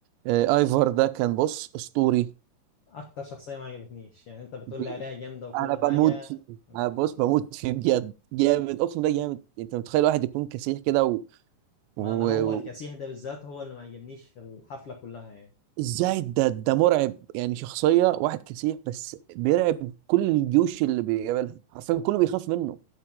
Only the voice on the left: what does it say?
اكتر شخصيه ما عجبتنيش يعني انت بتقول
لي عليها جامده وكل
حاجه
لكن
ما انا هو الكسيه ده بالذات هو اللي ما عجبنيش في الحفله كلها يعني